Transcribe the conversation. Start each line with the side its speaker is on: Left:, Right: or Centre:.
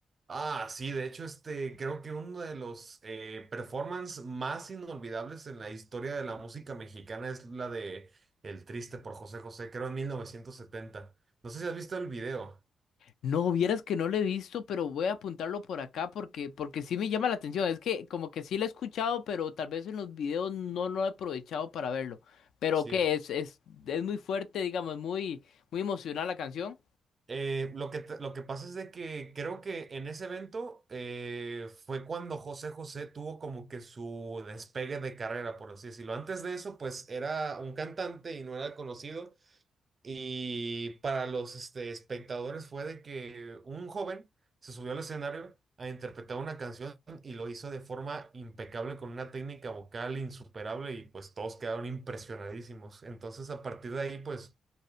Right: Ah, sí, de hecho, este, creo que uno de los eh, performance más inolvidables en la historia de la música mexicana es la de El Triste por José José, creo en mil novecientos setenta No sé si has visto el video.
Left: No, vieras que no lo he visto, pero voy a apuntarlo por acá porque, porque sí me llama la atención. Es que como que sí lo he escuchado, pero tal vez en los videos no, no he aprovechado para verlo. Pero
Right: Sí.
Left: que es, es, es muy fuerte, digamos, muy, muy emocional la canción.
Right: Eh, lo que, te- lo que pasa es de que creo que en ese evento eh, fue cuando José José tuvo como que su despegue de carrera, por así decirlo. Antes de eso, pues era un cantante y no era conocido. Y para los este, espectadores fue de que un joven se subió al escenario a interpretar una canción y lo hizo de forma impecable con una técnica vocal insuperable y pues todos quedaron impresionadísimos. Entonces a partir de ahí pues